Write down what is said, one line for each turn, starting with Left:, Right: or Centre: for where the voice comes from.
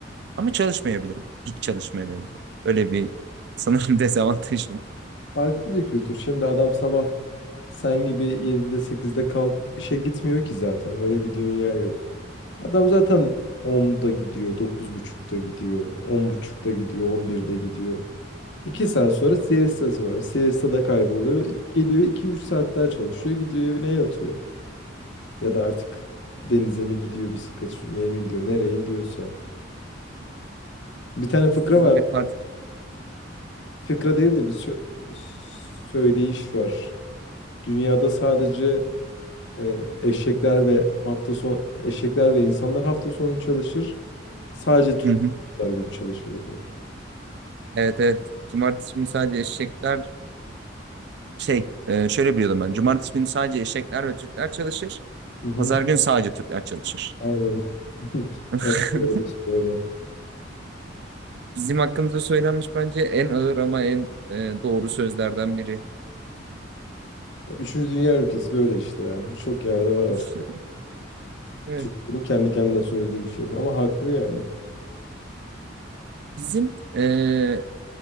Right: Ama çalışmayabilirim. Hiç çalışmayabilirim. Öyle bir sanırım <laughs> dezavantajım.
Left: Farklı bir kültür. Şimdi adam sabah Sen gibi 7'de 8'de kalkıp işe gitmiyor ki zaten. Öyle bir dünya yok. Adam zaten 10'da gidiyor, 9.30'da gidiyor, 10.30'da gidiyor, 11'de gidiyor. 2 saat sonra siestası var. Siesta da kayboluyor. Geliyor iki üç saat daha çalışıyor. Gidiyor evine yatıyor. Ya da artık denize mi gidiyor, bisiklet sürmeye mi gidiyor, nereye gidiyorsa. Bir tane fıkra
Right: Aynı
Left: var.
Right: de partide...
Left: Fıkra değil de bir sö- söyleyiş var. Dünyada sadece E, eşekler ve hafta son eşekler ve insanlar hafta sonu çalışır. Sadece Türkler
Right: Hı hı.
Left: gün çalışır diye.
Right: Evet evet. Cumartesi günü sadece eşekler şey e, şöyle biliyordum ben. Cumartesi günü sadece eşekler ve Türkler çalışır.
Left: Hı hı.
Right: Pazar günü sadece Türkler çalışır.
Left: Aynen. <laughs>
Right: <laughs>
Left: Evet, doğrusu böyle.
Right: Bizim hakkımızda söylenmiş bence en ağır ama en e, doğru sözlerden biri.
Left: Üçüncü dünya ülkesi böyle işte ya. Birçok yerde var aslında.
Right: <laughs> Evet.
Left: Türklerin kendi kendine söylediği bir şey. Ama haklı yani.
Right: Bizim e,